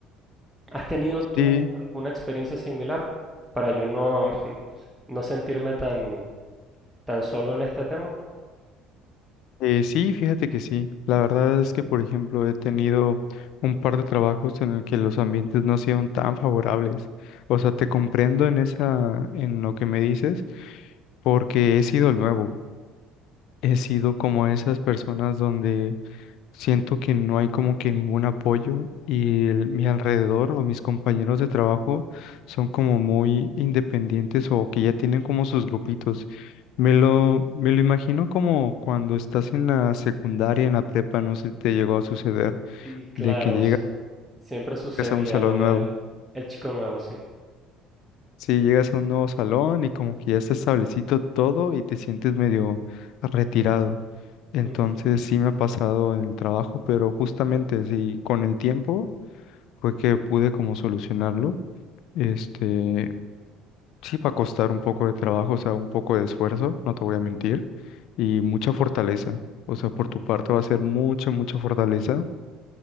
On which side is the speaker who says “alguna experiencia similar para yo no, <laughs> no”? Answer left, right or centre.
Centre